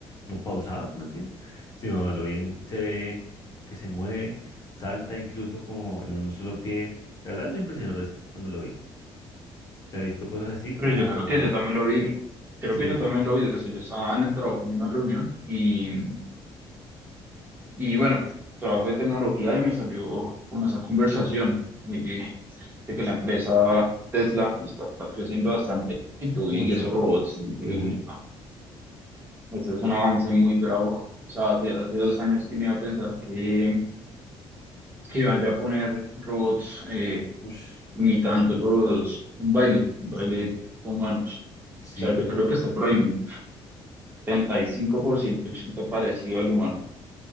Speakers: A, on the left (about 35°); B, on the right (about 20°).
A: como pausado más bien, sino a lo bien se ve que se mueve, salta incluso como en un solo pie. La verdad me impresionó rest- cuando lo vi. Se ha visto cosas así como...
B: pero yo creo que yo también lo
A: Ujú.
B: vi, creo
A: Sí,
B: que yo también lo vi, o sea, yo estaba en el trabajo, en una reunión, y, y bueno, trabajo de tecnología y me salió como esa conversación y- de que la empresa Tesla está creciendo bastante, y yo
A: mucho.
B: vi esos robots, y dije,
A: Ujú.
B: uy, ese es un avance muy bravo, o sea, hace, hace dos años que no iba a pensar que, que iban ya a poner robots eh,
A: Ush,
B: imitándolos, un baile, un baile con manos.
A: Sí,
B: O sea, yo creo que está por ahí un 75%, 80% parecido al humano.